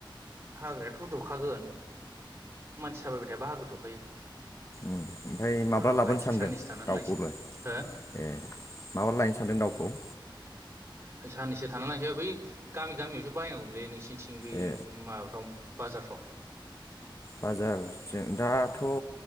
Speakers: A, on the right; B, on the left.
A: हाग्रायाथ' दुखागोन। मानसि थाबायबाय थायाबा हाग्रा दुखायो।
B: ओम ओमफ्राय माब्ला
A: र'
B: लाबोनो
A: लायनोसै
B: सानदों
A: साननैसो थानानै
B: दाउखौलाय
A: लायनोसै हो
B: ए माब्ला लायनो सानदों दाउखौ?
A: साननैसो थानानै लायसै आ बै गामि गामियावसो बायनांगौमोनलै नोंसिनिथिं बै
B: ए
A: माबाफ्राव बाजारफ्राव।
B: बाजारजों दाथ'